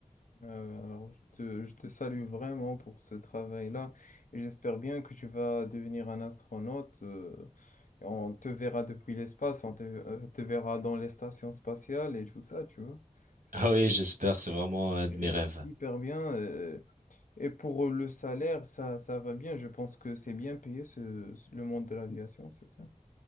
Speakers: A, on the left; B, on the right.
A: Euh, alors, je te, je te salue vraiment pour ce travail-là, et j'espère bien que tu vas devenir un astronaute. euh, et on te verra depuis l'espace, on te, euh, te verra dans les stations spatiales et tout ça, tu vois. Ça,
B: Ah
A: c'est
B: oui, j'espère, c'est vraiment
A: c'est
B: un de mes rêves.
A: hyper bien. euh, Et pour euh, le salaire, ça, ça va bien. Je pense que c'est bien payé ce, ce- le monde de l'aviation, c'est ça?